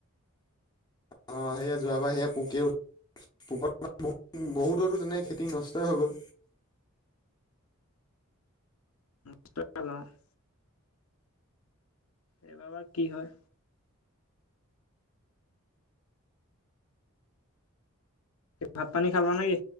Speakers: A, on the left (about 20°); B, on the left (about 70°).
A: আহ সেয়া যোৱাবা সেয়া পোকে উল পোপাল বহুততো তেনেকৈ খেতি নষ্টই হৈ গ'ল।
B: কষ্ট <unintelligible> এইবাৰ বা কি হয়? ভাত পানী খালা না কি?